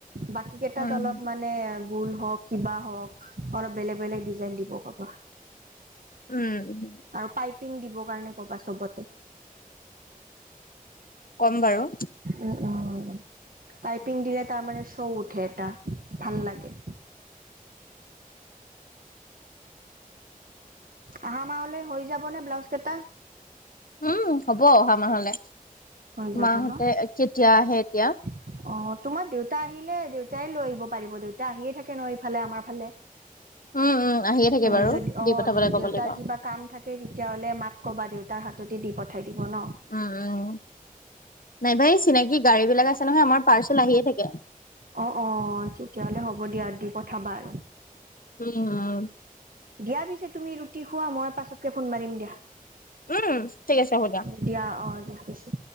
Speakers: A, on the right; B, on the left.
A: বাকি কেতাত
B: উম
A: অলপ মানে ভুল হওক কিবা হওক অলপ বেলেগ- বেলেগ ডিজাইন দিব কবা।
B: উ, উম।
A: আৰু, পাইপিং দিবৰ কাৰণে কবা চবতে।
B: ক'ম বাৰু।
A: উম, 'উম পাইপিং দিলে তাৰ মানে শৌ উঠে এটা ভাল লাগে। আহা মাহলে হৈ যাব নে ব্লাউজ কেইটা?
B: উম, ' হব অহা মাহলে
A: হৈ যাব
B: মাহতে
A: ন
B: এ কেতিয়া আহে এতিয়া?
A: অ, 'তোমাৰ দেউতা আহিলে দেউতাই লৈ আহিব পাৰিব দেউতা আহিয়ে থাকে ন এইফালে আমাৰ ফালে।
B: উম উম আহিয়ে থাকে
A: হ'য়
B: বাৰু
A: য'দি অঁহ
B: দি পঠাবলৈ
A: যদি
B: ক'ব
A: দেউতাৰ
B: লাগিব
A: কিবা কাম থাকে তেতিয়াহ'লে মাক ক'বা, দেউতাৰ হাততে দি পঠাই দিব ন।
B: উম উম, নাইবা এই চিনাকি গাড়ী বিলাক আছে নহয় আমাৰ পাৰ্চেল আহিয়ে থাকে
A: অঁ অঁ, তেতিয়া হ'লে হ'ব দিয়া দি পঠাবা আৰু।
B: উম।
A: দিয়া পিছে তুমি ৰুটি খোৱা ম'ই পাছতকে ফোন মাৰিম দিয়া।
B: উম উম ঠিক আছে হ'ব
A: দিয়া অঁ দিয়া ৰাখিছোঁ।